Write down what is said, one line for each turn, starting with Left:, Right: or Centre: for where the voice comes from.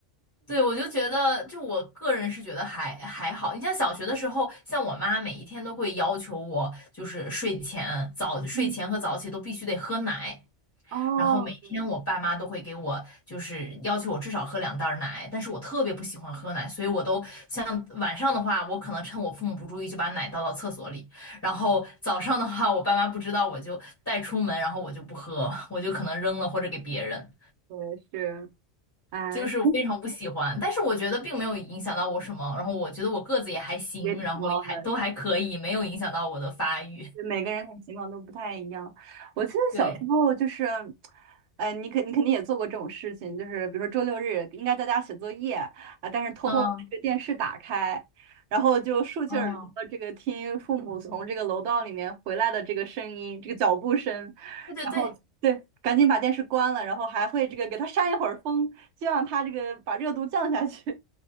Left: 对，我就觉得，就我个人是觉得还还好。你像小学的时候，像我妈每一天都会要求我，就是睡前早睡前和早起都必须得喝奶，
Right: 嗯，哦，
Left: 然后每天我爸妈都会给我就是要求我至少喝两袋儿奶，
Right: 对
Left: 但是我特别不喜欢喝奶，所以我都像晚上的话，我可能趁我父母不注意就把奶倒到厕所里，然后早上的话，我爸妈不知道我就带出门，然后我就不喝，我就可能扔了或者给别人。
Right: 对是，哎，
Left: 就是非常不喜欢，但是我觉得并没有影响到我什么，然后我觉得我个子也还行，
Right: 也挺高的。
Left: 然后也还都还可以，没有影响到我的发育。
Right: 每个人的情况都不太一样。我记得小时候就是，
Left: <laughs> 对，
Right: 呃，你肯你肯定也做过这种事情，就是比如说周六日应该在家写作业啊，但是偷偷把这个电视打开，
Left: 嗯
Right: 然后就竖起耳朵这个听父母从这个楼道里面回来的这个声音，
Left: 嗯，
Right: 这个脚步声，
Left: 对对对，
Right: 然后对，赶紧把电视关了，然后还会这个给它扇一会儿风，希望它这个把热度降下去。